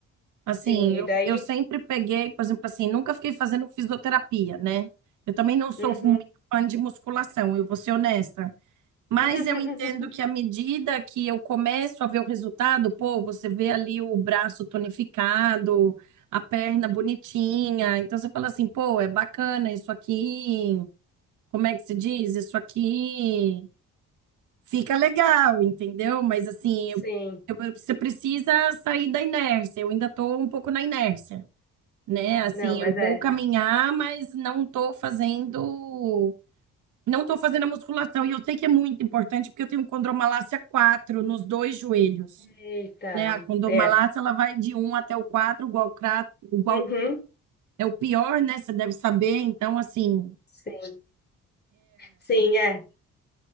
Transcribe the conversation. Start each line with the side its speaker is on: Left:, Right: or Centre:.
Right: Assim,
Left: Sim,
Right: eu,
Left: e daí.
Right: eu sempre peguei, por exemplo, assim, nunca fiquei fazendo fisioterapia, né? Eu também não sou
Left: Uhum.
Right: muito fã de musculação, eu vou ser honesta. Mas
Left: <laughs>
Right: eu entendo que à medida que eu começo a ver o resultado, pô, você vê ali o braço tonificado, a perna bonitinha. Então você fala assim, pô, é bacana isso aqui. Como é que se diz? Isso aqui fica legal, entendeu? Mas assim,
Left: Sim,
Right: eu- eu- você precisa sair da inércia. Eu ainda estou um pouco na inércia né? Assim,
Left: não, mas
Right: eu
Left: é.
Right: vou caminhar, mas não tô fazendo, não tô fazendo a musculação. E eu sei que é muito importante porque eu tenho condromalácia 4 nos dois joelhos,
Left: Eita,
Right: né? A condromalácia
Left: é.
Right: ela vai de um até o quatro igual, igual
Left: Uhum.
Right: é o pior, né? Você deve saber. Então, assim,
Left: Sim, sim, é.